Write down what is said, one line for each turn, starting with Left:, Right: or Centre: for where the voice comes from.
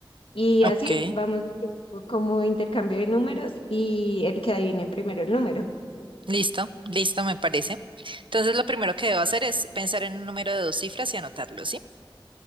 Left: Y
Right: Ok.
Left: así vamos haciendo como intercambio de números y el que adivine primero el número.
Right: Listo, listo, me parece. Entonces, lo primero que debo hacer es pensar en un número de dos cifras y anotarlo, ¿sí?